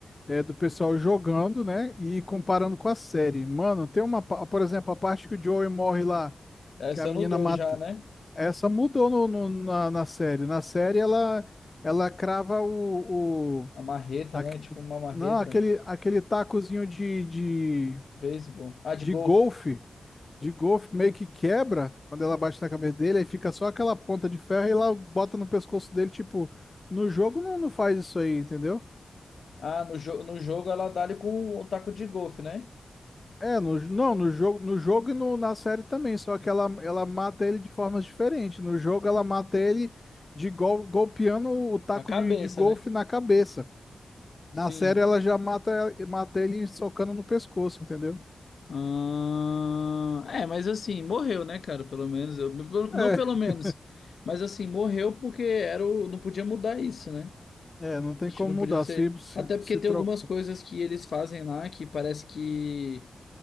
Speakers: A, on the left (about 25°); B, on the left (about 60°).
A: é, do pessoal jogando, né? E comparando com a série. Mano, tem uma, pa- por exemplo, a parte que o Joey morre lá,
B: Essa
A: que a menina
B: é no 2
A: mata,
B: já, né?
A: Essa mudou no, no- na, na série. Na série ela ela crava o, o
B: A marreta,
A: aque-
B: né? Tipo uma marreta.
A: não aquele aquele tacozinho de, de,
B: Beisebol. Ah, de
A: de
B: golfe.
A: golfe de golfe meio que quebra quando ela bate na cabeça dele aí fica só aquela ponta de ferro e lá bota no pescoço dele tipo no jogo não, não faz isso aí entendeu?
B: Ah, no, jo no jogo ela dá ali com o taco de golfe, né?
A: É no, não no jogo no jogo e no, na série também só que ela ela mata ele de formas diferentes. No jogo ela mata ele de gol, golpeando o taco
B: A cabeça,
A: de, de golfe
B: né?
A: na cabeça. Na
B: Sim.
A: série ela já mata, mata ele socando no pescoço, entendeu?
B: Ah, é, mas assim, morreu, né, cara? Pelo menos, eu, pelo- não
A: É,
B: pelo menos, mas assim, morreu porque era o, não podia mudar isso, né?
A: é, não tem
B: A gente
A: como
B: não
A: mudar.
B: podia ser.
A: Se, se,
B: Até porque
A: se
B: tem
A: tro...
B: algumas coisas que eles fazem lá que parece que